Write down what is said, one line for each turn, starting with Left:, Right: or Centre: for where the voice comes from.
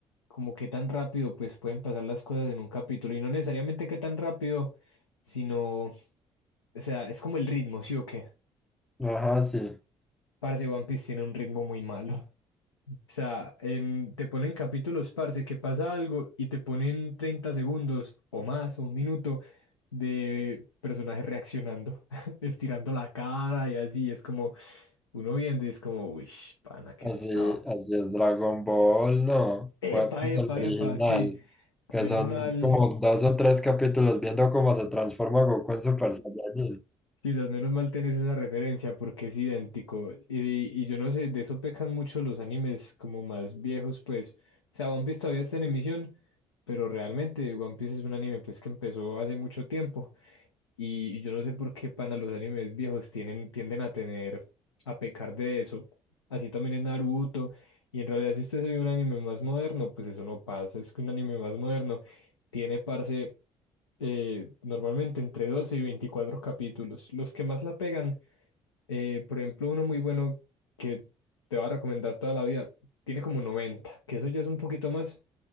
Left: como qué tan rápido, pues, pueden pasar las cosas en un capítulo. Y no necesariamente qué tan rápido, sino, o sea, es como el ritmo, ¿sí o qué?
Centre: Ajá, sí.
Left: Parce, One Piece tiene un ritmo muy malo. O sea, en- te ponen capítulos, parce, que pasa algo y te ponen 30 segundos o más, o un minuto, de personajes reaccionando, <laughs> estirando la cara y así. Es como uno viendo y es como, uy, pana, ¿qué
Centre: Así,
Left: se estaba?
Centre: así es Dragon Ball, no.
Left: Epa,
Centre: ¿Cuál es
Left: epa,
Centre: el original?
Left: epa, sí.
Centre: que
Left: Menos
Centre: son
Left: mal,
Centre: como dos o tres capítulos viendo cómo se transforma Goku en Super Saiyajin.
Left: Quizás menos mal tenés esa referencia porque es idéntico. Y, y yo no sé, de eso pecan mucho los animes como más viejos, pues. O sea, One Piece todavía está en emisión, pero realmente One Piece es un anime pues que empezó hace mucho tiempo. Y, y yo no sé por qué pana los animes viejos tienen, tienden a tener, a pecar de eso. Así también en Naruto. Y en realidad si usted se ve un anime más moderno, pues eso no pasa. Es que un anime más moderno tiene, parce eh, normalmente entre 12 y 24 capítulos. Los que más la pegan, eh, por ejemplo, uno muy bueno que te va a recomendar toda la vida, tiene como 90 que eso ya es un poquito más,